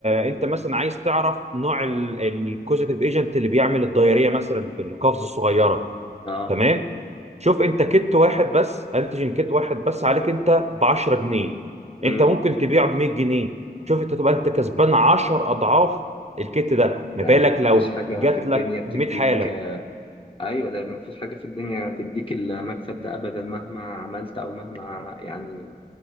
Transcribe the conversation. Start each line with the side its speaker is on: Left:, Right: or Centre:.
Right: انت مثلا عايز تعرف نوع الكوزيتيف ايجنت اللي بيعمل الدايريه مثلا في القفز الصغيره
Left: اه
Right: تمام شوف انت كت واحد بس انتيجين كت واحد بس عليك انت ب 10 جنيه
Left: مم.
Right: انت ممكن تبيعه ب 100 جنيه شوف انت تبقى انت كسبان 10 اضعاف الكت ده
Left: ده
Right: ما بالك
Left: ده مفيش
Right: لو
Left: حاجة
Right: جات
Left: في الدنيا
Right: لك
Left: بتديك
Right: 100 حاله
Left: آه. أيوة ده مفيش حاجة في الدنيا بتديك المكسب ده أبدا مهما عملت أو مهما يعني